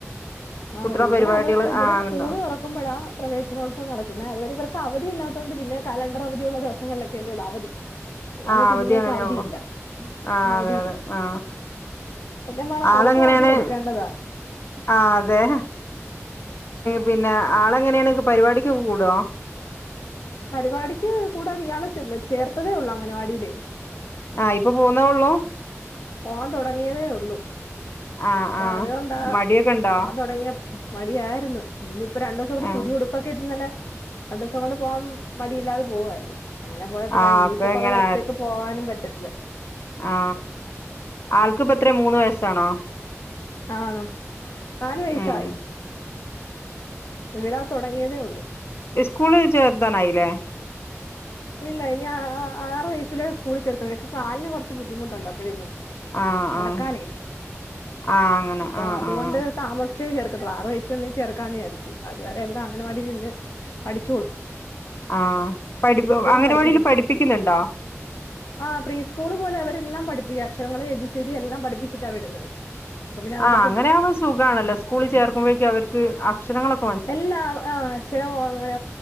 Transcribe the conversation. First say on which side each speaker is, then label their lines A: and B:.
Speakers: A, on the left (about 75°); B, on the left (about 50°).
A: ആണല്ലേ
B: കുട്ടികളെ
A: ഇവിടെ
B: പരിപാടികള്
A: അത് ഇവിടെ
B: ആ
A: സ്കൂള്തൊറ
B: ഉണ്ടാവും
A: ക്കുമ്പോഴാ പ്രവേനോത്സവം നടക്കുന്നെ അതുവരെ ഇവർക്ക് അവധില്ലാത്തതൊണ്ട് പിന്നെ കലണ്ടർ അവധിയുള്ള ദിവസങ്ങളിലൊക്കെല്ലേഒള്ളു അവധി അല്ലാതെ
B: ആ അവധി
A: കുഞ്ഞുങ്ങൾക്ക്
B: അങ്ങനെയുള്ളൂ
A: അവധിയില്ല
B: ആ
A: അവധിയില്ല
B: അതെ അതെ ആ
A: സത്യം പറഞ്ഞ അവർക്കും
B: ആളെങ്ങനെയാണ്
A: അവധി കൊടുക്കേണ്ടതാ
B: ആ അതെ പിന്നെ ആളെങ്ങനെയാണ് പരിപാടിക്ക്ഒക്കെ കൂടോ
A: പരിപാടിക്ക് കൂടാ ഇയാളെ ചേ ചേർത്തതേ ഉള്ളൂ അംഗനവാടില്ലേ
B: ആഹ് ഇപ്പോ പോക്ന്നതേ ഉള്ളൂ
A: പോവാൻ തൊടങ്ങിയതേ ഉള്ളു
B: ആഹ്
A: അപ്പൊ
B: ആഹ്
A: അതുകൊണ്ടാ
B: മടിയൊക്കെ ഉണ്ടോ
A: പോവാൻ തൊടങ്ങിയപ്പ് മടിയായിരുന്നു ഇനിപ്പ രണ്ടു ദിവസം കൂടി
B: ആഹ്
A: പുതിഉടുപ്പ് പ്പൊക്കെ ഇട്ട് നല്ല രണ്ടീസം കൊണ്ട് പോവാൻ മടിയില്ലാതെ പോവുമായിരുന്നു അങ്ങനെ പോയപ്പോഴാ
B: ആഹ്
A: ഇനിയിപ്പോ
B: അപ്പൊ
A: കൊറേ
B: എങ്ങനെ
A: ദിവസത്തേക്ക് പോകാനും പറ്റത്തില്ല
B: ആ ആൾക്കിപ്പത്രേ മൂന്ന് വയസ്സാണോ
A: ആ നാലു വയസായി
B: ഉം
A: വിടാ തൊടങ്ങിയതേ ഉള്ളൂ
B: ഇസ്കൂളിൽ ചേർതാനായില്ലേ
A: ഇല്ല ഇനി ആറു വയസ്സില് സ്കൂളിൽ ചേർക്കുന്നെ കാലിന് കുറച്ചു ബുദ്ധിമുട്ടുണ്ടേ അപ്പോഴന്ന്
B: ആഹ്
A: നടക്കാനേയ്
B: ആഹ് ആഹ് അങ്ങനെ
A: അപ്പൊ
B: ആഹ്
A: അതുകൊണ്ട്
B: ആഹ്
A: താമസിച്ചേ ചേർക്കത്തുള്ളൂ ആറ് വയസ്ന്ന് ചേർക്കാന്ന് വിചാരിച് അതുവരെ വിടെ അങ്ങൻവാടിയിൽ നിന്ന് പഠിച്ചോളു
B: ആ പഠിപ്പ അംഗനവാടിൽ
A: പഠിപ്പിക്കും
B: പഠിപ്പിക്കുന്നുണ്ടോ
A: <inaudible> ആ പ്രീ സ്കൂൾ പോലെ അവരെല്ലാം പഠിപ്പി അക്ഷരങ്ങള് എബിസിഡി എല്ലാം പഠിപ്പിച്ചിട്ടാ വിടുന്നത് അപ്പൊ പിന്നെ നമുക്ക്
B: ആഹ് അങ്ങനെകുമ്പോ സുഖാണല്ലോ സ്കൂളിൽ ചേർക്കുമ്പോഴേക്കെ അവർക്ക് അക്ഷരങ്ങളക്കെ
A: എല്ലാ ആഹ് അക്ഷര അങ്ങന